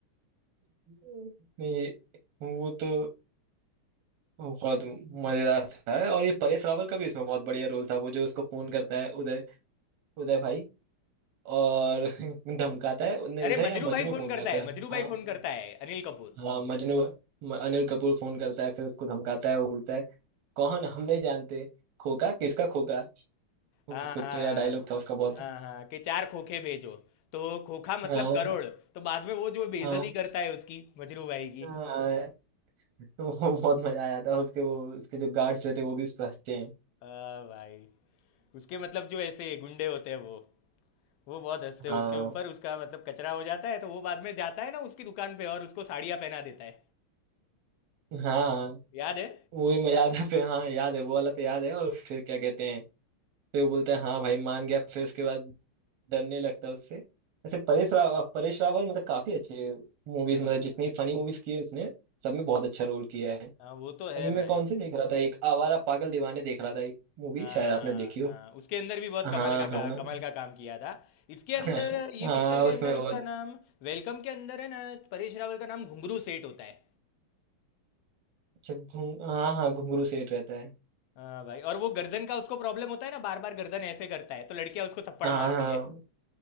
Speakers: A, on the right (about 85°); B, on the left (about 75°).
A: <laughs> ये- वो तो बहुत मजेदार था और ये परेश रावल का भी इसमें बहुत बढ़िया रोल था वो जो उसको फोन करता है उदय उदय भाई और <laughs> धमकाता है नहीं उदय
B: अरे मजरू
A: या मजनू
B: भाई फोन
A: फोन
B: करता
A: करता
B: है
A: है
B: मजरू
A: हाँ
B: भाई फोन
A: हाँ
B: करता है अनिल कपूर
A: हाँ, मजनू म- अनिल कपूर फोन करता है फिर उसको धमकाता है वो बोलता है कौन हम नहीं जानते खोका किसका खोका कुछ
B: हाँ हाँ
A: तो यार डायलॉग था उसका बहुत
B: हाँ हाँ कि चार खोखे भेजो तो खोखा मतलब
A: हाँ
B: करोड़ तो बाद में वो जो बेइज्जती
A: हाँ
B: करता है उसकी मजरू भाई की
A: हाँ <laughs> वो बहुत मजा आया था उसके वो उसके जो गार्ड्स रहते हैं वो भी उस पर हंसते हैं
B: हाँ भाई उसके मतलब जो ऐसे गुंडे होते हैं वो वो बहुत हंसते हैं
A: हाँ
B: उसके ऊपर उसका मतलब कचरा हो जाता है तो वो बाद में जाता है ना उसकी दुकान पे और उसको साड़ियाँ पहना देता है
A: हाँ
B: याद है
A: वो भी मजा आता है फिर हाँ याद है वो वाला तो याद है और फिर क्या कहते हैं फिर बोलते हैं हाँ भाई मान गया फिर उसके बाद डरने लगता है उससे वैसे परेश
B: हाँ हाँ
A: रावल परेश रावल मतलब काफी अच्छे मूवीज
B: हाँ
A: मतलब जितनी फनी मूवीज की है उसने सब में बहुत अच्छा रोल किया है
B: हाँ, वो तो है
A: अभी मैं
B: भाई
A: कौन सी देख रहा था एक आवारा पागल दीवाने देख रहा था एक मूवी
B: हाँ
A: शायद आपने
B: हाँ
A: देखी हो
B: हाँ उसके अंदर भी बहुत
A: हाँ
B: कमाल का, का
A: हाँ
B: कमाल का काम किया था इसके
A: <laughs>
B: अंदर ये
A: हाँ
B: पिक्चर के
A: उसमें
B: अंदर
A: वो
B: उसका नाम वेलकम के अंदर है ना परेश रावल का नाम घुंगरू सेठ होता है
A: जब घूम हाँ हाँ घुंगरू सेठ रहता है
B: हाँ भाई और वो गर्दन का उसको प्रॉब्लम होता है ना बार बार गर्दन ऐसे करता है तो लड़कियां उसको थप्पड़
A: हाँ
B: मारती
A: हाँ
B: है